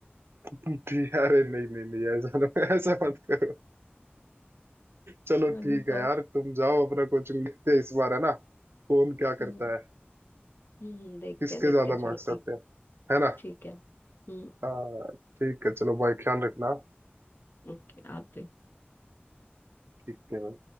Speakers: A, on the right; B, on the left.
A: <laughs> ठीक है, अरे नहीं नहीं नहीं ऐसा मत- <laughs> ऐसा मत करो चलो
B: हाँ, नहीं
A: ठीक है
B: तो
A: यार तुम जाओ अपना कोचिंग लिखते हैं इस बार है ना कौन क्या
B: हम्म
A: करता है
B: हम्म देखते
A: किसके
B: हैं देखते
A: ज्यादा
B: हैं चलो
A: मार्क्स
B: ठीक
A: आते हैं है ना
B: ठीक है हम्म
A: हाँ ठीक है चलो भाई ख्याल रखना
B: ओके आप भी
A: ठीक है